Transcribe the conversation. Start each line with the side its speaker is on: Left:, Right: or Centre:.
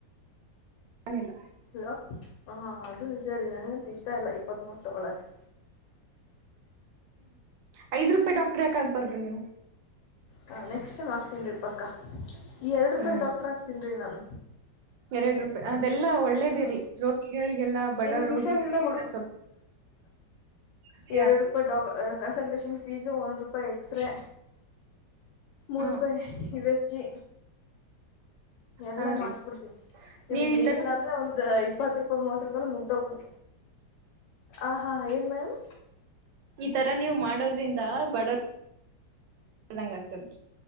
Right: <unintelligible> ನಿಲ್ಲ
Left: ಹಲೋ ಹ ಅದು ನಿಜ ರೀ ನಂಗಂತೂ ಇಷ್ಟ ಇಲ್ಲ ಇಪ್ಪತ್ ಮೂವತ್ ತಗೋಳಕ್ಕೆ.
Right: <inaudible> ಆಯ್ದಿರೂಪಾಯಿ ಡಾಕ್ಟರ್ ಯಾಕಾಗಗ್ಬಾರ್ದು ನೀವು.
Left: ಹ ನೆಕ್ಸ್ಟ್ ಆಗ್ತನ್ ರೀ ಪಕ್ಕ ಎರಡ್ರುಪಾಯಿ
Right: ಹ್ಮ್
Left: ಡಾಕ್ಟರ್ ಆಗ್ತೀನ್ ರೀ ನಾನು.
Right: ಎರಡ್ ರೂಪಾಯಿ ಎಲ್ಲ ಒಳ್ಳೇದೆ
Left: ಹ್ಮ್
Right: ರೀ ರೋಗಿಗಳಿಗೆಲ್ಲಾ ಬಡ
Left: ನಿಮಗ್
Right: ರೋಗಿಗಳಿಗೆಲ್ಲ
Left: ಹುಷಾರಿಲ್ದಾಗ
Right: ಸ್ವಲ್ಪ ಸಹಾಯ
Left: ಎರಡ್
Right: ಆಗ್ತದೆ
Left: ರೂಪಾಯಿ ಡ ಕನ್ಸಲ್ಟೇಷನ್ ಫೀಸು ಒಂದು ರೂಪಾಯಿ ಎಕ್ಸ್ರೇ ಮೂರೂಪಾಯಿ
Right: ಹಾ
Left: ಯು ಎಸ್ ಚಿ ಎಲ್ಲಾ
Right: ಹಾ
Left: ಮಾಡಸ್ಬಿಡ್ತೀನಿ.
Right: ರೀ
Left: ನಿಮ್ದ್
Right: ನೀವ್ ಈ
Left: ಏನಿಲ್ಲಾಂದ್ರೆ
Right: ತರ
Left: ಒಂದ್ ಇಪ್ಪತ್ ರೂಪಾಯಿ ಮೂವತ್ ರೂಪಾಯ ಮುಗ್ಧಧೋಗ್ ಬಿಡು ಹಾ. ಹಾ ಏನ್ ಮೇಡಂ.
Right: ಈತರ ನೀವ್ ಮಾಡೋದ್ರಿಂದ ಬಡ ದಂಗ ಆಗ್ತದ್ರಿ